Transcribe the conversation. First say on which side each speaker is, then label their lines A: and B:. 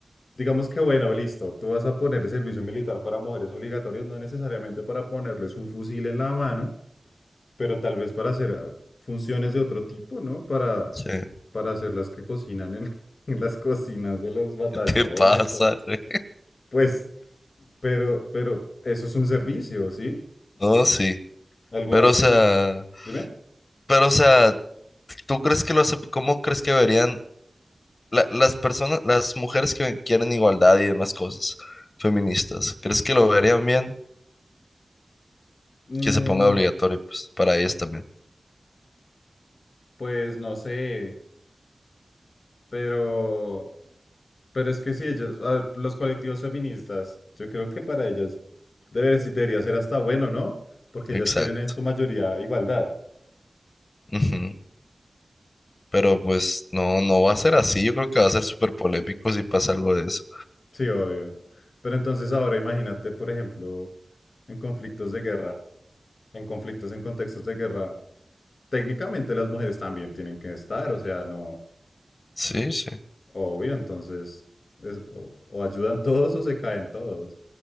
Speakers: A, on the left (about 75°); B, on the left (about 50°).
A: digamos que bueno, listo, tú vas a poner el servicio militar para mujeres obligatorios, no necesariamente para ponerles un fusil en la mano, pero tal vez para hacer ah, funciones de otro tipo, ¿no? Para,
B: Sí. <laughs>
A: para hacer las que cocinan en, <laughs> en las cocinas de los batallones
B: ¿Qué te pasa,
A: o
B: güey?
A: pues, pero, pero eso es un servicio, ¿sí?
B: No, sí.
A: Algunas
B: Pero, o sea,
A: que se... Dime.
B: pero, o sea, ¿tú crees que lo hace, cómo crees que deberían la- las personas, las mujeres que quieren igualdad y demás cosas feministas, ¿crees que lo verían bien?
A: Mm,
B: Que se ponga obligatorio, pues, para ellas también.
A: pues no sé, pero... Pero es que sí, ellas, a ver, los colectivos feministas, yo creo que para ellas deber- sí debería ser hasta bueno, ¿no? Porque
B: Exacto.
A: ellas quieren en su mayoría igualdad.
B: Ujú. Pero pues no, no va a ser así. Yo creo que va a ser súper polémico si pasa algo de eso.
A: Sí, obvio. Pero entonces ahora imagínate, por ejemplo, en conflictos de guerra, en conflictos en contextos de guerra, técnicamente las mujeres también tienen que estar, o sea, no,
B: Sí, sí.
A: obvio, entonces es- o, o ayudan todos o se caen todos.